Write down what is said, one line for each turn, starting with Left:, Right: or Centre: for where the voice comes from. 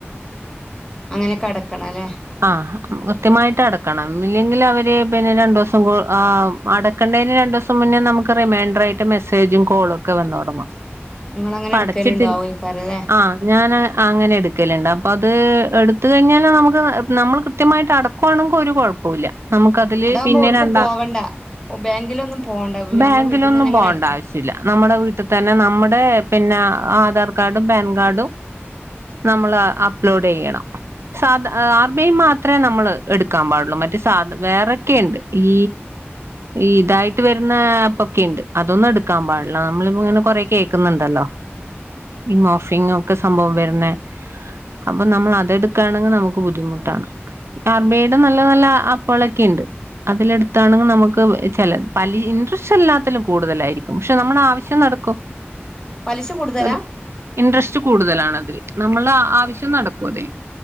Left: അങ്ങനെ ക്കെ അടക്കണം ലെ?
Right: ആ, കൃത്യമായിട്ട് അടക്കണം. ഇല്ലെങ്കിൽ അവര്, പിന്നെ രണ്ടു ദിവസം കു അടക്കേണ്ടതിന് രണ്ടൂസം മുന്നേ നമുക്ക് റിമൈൻഡർ ആയിട്ട ട്ട് മെസ്സേജും കോളൊക്കെ വന്ന് തുടങ്ങും.
Left: ങ്ങള് അങ്ങനെ
Right: അപ്പൊ
Left: എടുക്കല്
Right: അടച്ചിട്ടില്ല
Left: ണ്ടാവോയിക്കാരം ലെ?
Right: ആഹ് ഞാന് അങ്ങനെ എടുക്കലുണ്ട്. അപ്പൊ അത് എടുത്ത കഴിഞ്ഞാല നമുക്ക്... നമ്മൾ കൃത്യമായിട്ട് അടക്കുവാണെങ്കിൽ ഒരു കുഴ പ്പല്യ. നമുക്ക അതില്
Left: അതാകുമ്പോ
Right: പിന്നെ
Left: എവിടേക്കും
Right: രണ്ടാം,
Left: പോവണ്ട ബാങ്കിലൊന്നും പോവണ്ട
Right: ബാങ്കിലൊന്നും
Left: നമ്മുടെ വീട്ടിൽ നിന്ന് തന്നെ
Right: പോണ്ട
Left: അങ്ങനെ അടച്ച്
Right: ആവശ്യ ല്ല. നമ്മുടെ വീട്ടിൽ തന്നെ നമ്മുടെ പിന്നെ ആധാർ കാർഡും പാൻ കാർഡും... നമ്മള് അപ്ലോഡ് ചെയ്യണം. സാധ ആ ബി മാത്രെ നമ്മള് എടുക്കാൻ പാടുള്ളൂ. മറ്റ് സാധ വേറെക്കെയുണ്ട്. ഈ... ഈ ഇതായിട്ട് വരുന്ന ആപ്പ് ഒക്കെ ഉണ്ട്, അതൊന്നും എടുക്കാൻ പാടില്ല. നമ്മളിങ്ങനെ കൊറെ കേ ൾക്ക്ന്നുണ്ടല്ലോ? ഈ മോഫിങ്ങൊക്കെ സംഭവം വരുന്ന... അപ്പ നമ്മളതെടുക്കാണെങ്ങെ നുമുക്ക് ബുദ്ധിമു ട്ടാണ്. ആർ ബി ഐയുടെ നല്ല നല്ല അപ്പളൊക്കെ ഉണ്ട്. അതിലെടുത്താണെങ്കിൽ നമുക്ക് ചില പല ഇൻട്രസ്റ്റ് എല്ലാത്തിലും കൂടുതലായിരിക്കും. പക്ഷെ, നമ്മുടെ ആവശ്യം നടക്കും.
Left: പലിശ കൂടുതലാ?
Right: ഒരു ഇൻട്രസ്റ്റ് കൂടുതലാണതിൽ. നമ്മള ആവശ്യം നടക്കും അതിൽ.